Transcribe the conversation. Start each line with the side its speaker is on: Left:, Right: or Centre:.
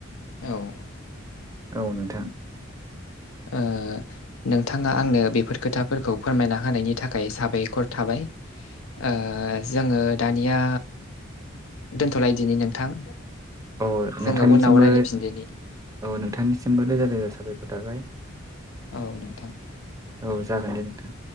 Left: औ <inaudible>
Right: औ नोंथां
Left: ओ नोंथाङा आंनो बेफोर खोथाफोरखौ फोरमायना होनायनि थाखाय साबायखर थाबाय ओ जोङो दानिया दोनथ'लाय दिनि नोंथां
Right: औ
Left: जोङो
Right: नोंथांनिसिमबो
Left: उनाव रायज्लायफिनदोनि
Right: औ नोंथांनिसिमबो रोजा रोजा साबायखर थाबाय।
Left: औ नोंथां
Right: औ जागोन दे नोंथां।